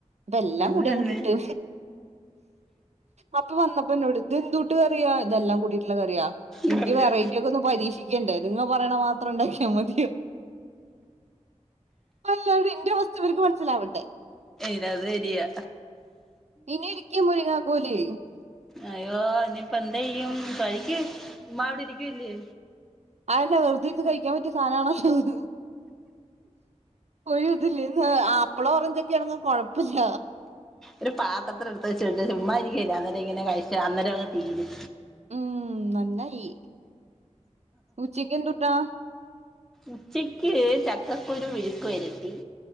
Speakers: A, on the right; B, in the centre.
A: അപ്പ എല്ലാങ്കൂടി
B: അത് തന്നെ
A: ങ്ങട്ട്ഇട്ട് അപ്പൊ വന്നപ്പോ ന്നോട് ഇതെന്തൂട്ട് കറിയാ ഇതെല്ലാം കൂടി നല്ല കറിയാ
B: കറിയാ
A: എനിക്ക് വെറൈറ്റി ഒക്കെ ഒന്ന് പരീക്ഷിക്കണ്ടേ നിങ്ങ പറയണ മാത്രണ്ടാക്കിയാമതിയോ <unintelligible> ന്റെ അവസ്ഥവര്ക്ക് മനസ്സിലാവണ്ടേ
B: അത് ശെരിയാ
A: ഇനി ഇരിക്കാ മുരിങ്ങാകോല്
B: അയ്യോ ഇനിപ്പോന്തയ്യും കഴിക്ക് ചുമ്മാവിടെരിക്കല്ലേ
A: അതല്ല വെർതെഇരിന്ന് കഴിക്കാൻ പറ്റ്യേ സാധനാണോ അത് ഒര്തില്ലേ ന്നാ ആപ്പിളോ ഓറഞ്ചോക്കാണെങ്കി കൊഴപ്പല്ല
B: ഒരു പാത്രത്തില്ട്ത്ത് വെച്ച് ചുമ്മാതിരിക്കല്ലേ അന്നേരം ഇങ്ങനെ കഴിച്ചാ അന്നേരം അങ് തീരും
A: മ് നന്നായി ഉച്ചക്ക് എന്തുട്ടാ
B: ഉച്ചയ്ക്ക് ചക്കക്കുരു വിഴുക്ക് വരട്ടി